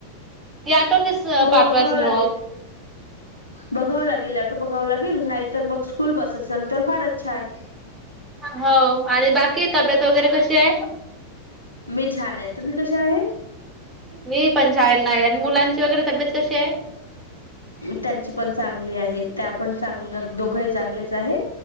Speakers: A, on the right; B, on the left.
A: या ऑटोनीच
B: हो
A: पाठवायचं
B: बघावं लागेल
A: मग.
B: बघावं लागेल ऑटो बघाव लागेल नाहीतर मग स्कूल बस असेल तर फारच छान
A: हो आणि बाकी तब्येत वगैरे कशी आहे
B: मी छान आहे तुम्ही कशा आहे
A: मी पण छान नाही आणि मुलांची वगैरे तब्येत कशी आहे?
B: त्यांची पण चांगली आहे त्या पण चांग दोघंही चांगलेच आहे